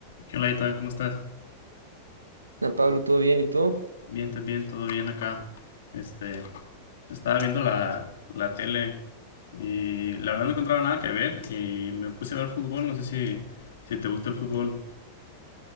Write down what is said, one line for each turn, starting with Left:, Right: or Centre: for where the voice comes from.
Left: ¿Qué onda, Itán? ¿Cómo estás?
Right: Ah, Pablo, ¿todo bien? ¿Y tú?
Left: Bien, también, todo bien acá. Este, estaba viendo la, la tele y la verdad no encontraba nada que ver y me puse a ver fútbol. No sé si, si te gusta el fútbol.